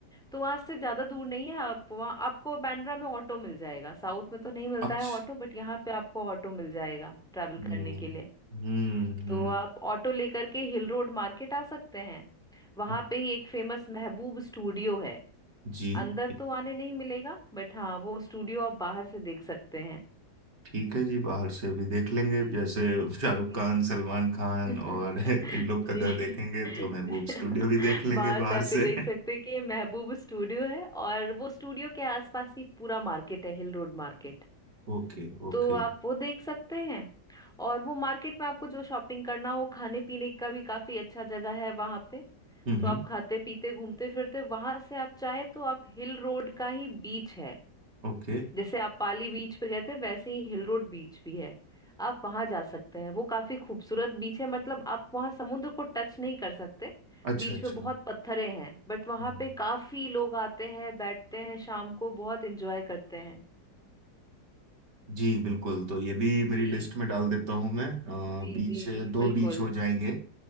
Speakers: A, in the centre; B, on the right.
A: तो वहां से ज्यादा दूर नहीं है आप वहाँ आपको बांद्रा में ऑटो मिल जाएगा साउथ में तो नहीं मिलता
B: अच्छा
A: है ऑटो बट यहाँ पे आपको ऑटो मिल जाएगा ट्रैवल
B: हम्म
A: करने के लिए
B: हम्म हम्म
A: तो आप ऑटो लेकर के हिल रोड मार्केट आ सकते हैं वहां
B: हम्म,
A: पे ही एक फेमस महबूब स्टूडियो है
B: जी
A: अंदर तो आने नहीं मिलेगा बट हाँ वो स्टूडियो आप बाहर से देख सकते हैं
B: ठीक है जी बाहर से भी देख लेंगे
A: जी
B: जैसे शाहरुख
A: जी
B: खान सलमान खान
A: जी <laughs>
B: और <laughs> इन लोग
A: जी
B: का घर देखेंगे
A: जी।
B: तो महबूब स्टूडियो भी देख लेंगे
A: बाहर
B: बाहर
A: से आप ये
B: से
A: देख सकते हैं कि ये महबूब स्टूडियो है और वो स्टूडियो के आसपास ही पूरा मार्केट है हिल रोड मार्केट
B: Okay okay
A: तो आप वो देख सकते हैं और वो मार्केट में आपको जो शॉपिंग करना हो खाने पीने का भी काफी अच्छा जगह है वहां पे
B: हम्म
A: तो
B: हम्म
A: आप खाते पीते घूमते फिरते वहां से आप चाहे तो आप हिल रोड का ही बीच है
B: ओके
A: जैसे आप पाली बीच पे गए थे वैसे ही हिल रोड बीच भी है आप वहां जा सकते हैं वो काफी खूबसूरत बीच है मतलब आप वहां समुद्र को टच नहीं कर सकते
B: अच्छा
A: बीच
B: अच्छा
A: में बहुत पत्थरे हैं बट वहां
B: हम्म,
A: पे काफी लोग आते हैं बैठते हैं शाम को बहुत एंजॉय करते हैं
B: जी बिल्कुल तो ये भी मेरी
A: जी
B: लिस्ट में डाल देता हूँ मैं
A: जी
B: अ, बीच
A: जी जी
B: दो
A: बिल्कुल
B: बीच हो जाएंगे